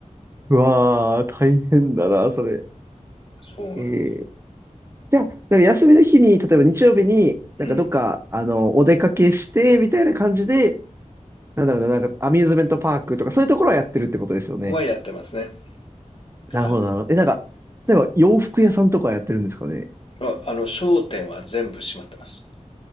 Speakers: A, on the right; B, on the left.
A: うわー、大変だな、それ。
B: そうなんです。
A: えー、じゃあ、なんか休みの日に、例えば日曜日に、なんかどっか、
B: うん。
A: あの、お出かけして、みたいな感じで、なんだろうな、なんかアミューズメントパークとか、そういうところはやってるってことですよね。
B: はやってますね。
A: なるほど、
B: はい。
A: なるほど。え、なんか、例えば洋服屋さんとかはやってるんですかね。
B: あ、あの、商店は全部閉まってます。